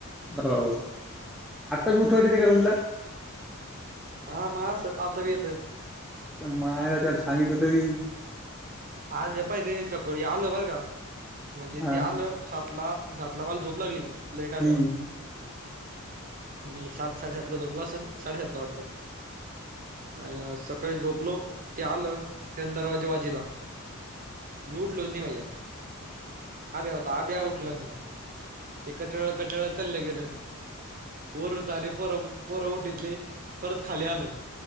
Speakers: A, in the centre; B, on the right.
A: हो आता बी उठवाले ते का रूमला
B: हा मग आता ब येत
A: मायला त्या सांगितलं तरी मी
B: आज पाहि ते सकळी आलो बरं का म्हणजे
A: हा
B: ते आलं सातला सातला माल झोप लागली मग लईट आलेवरर
A: हम्म
B: मी सात साडेसातला झोपला सन साडेसातला वाटलं अ सकाळी झोपलो ते आलं त्या दरवाज्या बाजीला मी उठलोच नाही भाैया आता आ ब्या उठला आणि ते कटळा कटाळा चाललं गेलं वर सारी परं उठतले परत खाली आलं